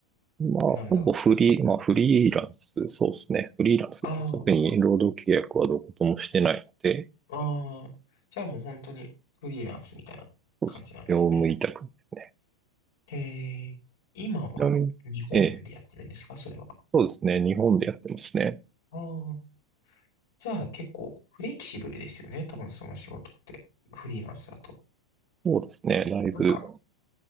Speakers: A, on the right; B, on the left.
A: まあ、
B: なんだろう
A: ほぼフリー、まあ、フリーランス、そうですね。フリーランスですね特に労働契約はどこともしてないので、
B: ああ、ああ。じゃあもう本当にフリーランスみたいな感じなんですね。
A: そうですね業務委託ですね。
B: へえ、今は日本でやってるんですかそれは。
A: ちなみにええ、そうですね。日本でやってますね。
B: ああ、じゃあ結構フレキシブルですよね。多分その仕事って。フリーランスだと。
A: そうですね。だいぶ、
B: なんか、